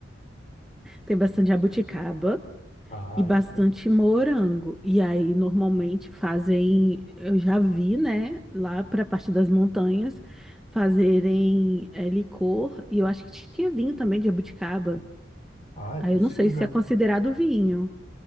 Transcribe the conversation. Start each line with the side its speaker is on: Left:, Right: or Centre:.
Centre: tem bastante jabuticaba.
Left: Ah,
Centre: e bastante
Left: eita.
Centre: morango. E aí, normalmente fazem, eu já vi, né, lá para a parte das montanhas, fazerem é, licor, e eu acho que tinha vinho também de jabuticaba.
Left: Ah, é
Centre: Aí
Left: possível.
Centre: eu não sei se é considerado vinho.